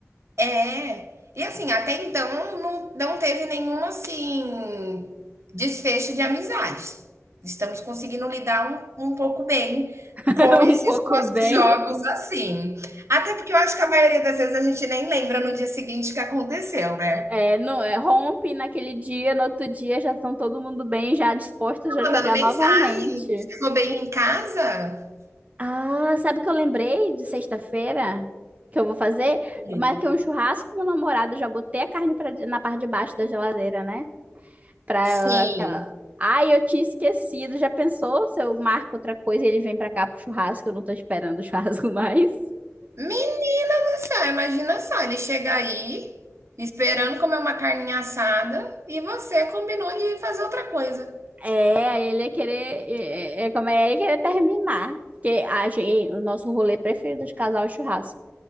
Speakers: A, on the right; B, on the right.
A: É. E assim, até então não, não teve nenhum assim desfecho de amizades. Estamos conseguindo lidar um, um pouco bem
B: <laughs>
A: com esses
B: Um pouco
A: nossos
B: bem.
A: jogos assim. Até porque eu acho que a maioria das vezes a gente nem lembra no dia seguinte o que aconteceu, né?
B: É, não, é, rompe naquele dia, no outro dia já estão todo mundo bem, já dispostos
A: Tá
B: a jogar
A: mandando mensagem,
B: novamente.
A: chegou bem em casa?
B: Ah, sabe o que eu lembrei de sexta-feira que eu vou fazer?
A: Sim.
B: Marquei um churrasco com meu namorado, já botei a carne pra, na parte de baixo da geladeira, né? Pra ela.
A: Sim.
B: aquela- Ai, eu tinha esquecido. Já pensou se eu marco outra coisa e ele vem pra cá pro churrasco? Eu não tô esperando o churrasco <laughs> mais.
A: Menina do céu, imagina só, ele chega aí esperando comer uma carninha assada e você combinou de fazer outra coisa.
B: É, aí ele ia querer. É, é, é, como é, ele ia querer terminar. Porque a gente, o nosso rolê preferido de casal é o churrasco.